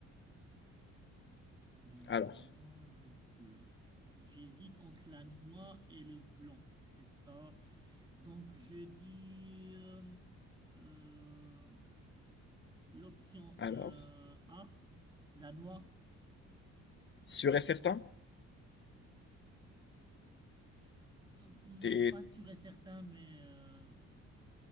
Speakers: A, on the right; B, on the left.
A: La noix,
B: Alors,
A: le gland. Là, J'hésite entre la noix et le gland. C'est ça. Donc, je dis euh, euh, l'option
B: alors,
A: euh, A, la noix.
B: sûr et certain,
A: Euh, hmm,
B: t'es,
A: pas sûr et certain, mais euh,